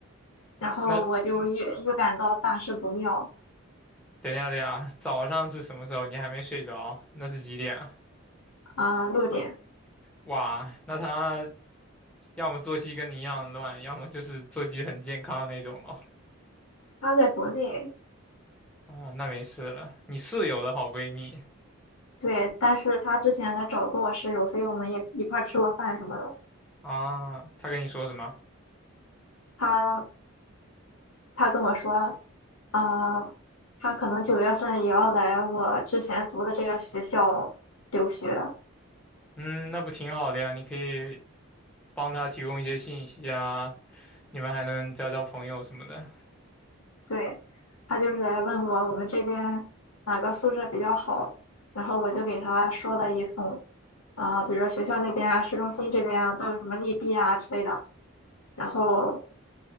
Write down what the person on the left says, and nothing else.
然后我就预预感到大事不妙
啊，六点，
她在国内，
对，但是她之前来找过我室友，所以我们也一块儿吃过饭什么的。
她她跟我说，啊，她可能九月份也要来我之前读的这个学校留学。
对，他就是来问我我们这边哪个宿舍比较好，然后我就给他说了一通，啊、比如说学校那边啊、市中心这边啊，都有什么利弊啊之类的，然后